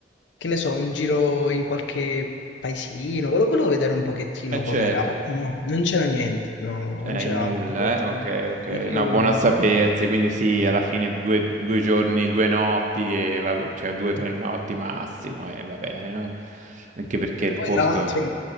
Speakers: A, on the left; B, on the right.
A: che ne so, un giro in qualche paesino. Volevo, volevo vedere un pochettino
B: eh certo,
A: com'era. No, non c'era niente. No, non
B: è
A: c'era
B: il nulla,
A: assolutamente
B: eh? Ok, ok.
A: il nulla.
B: No, buono a sapersi, quindi sì, alla fine due, due giorni, due notti, e va- cioè due o tre notti massimo e va bene, no? Anche perché il
A: Poi,
B: posto...
A: tra l'altro,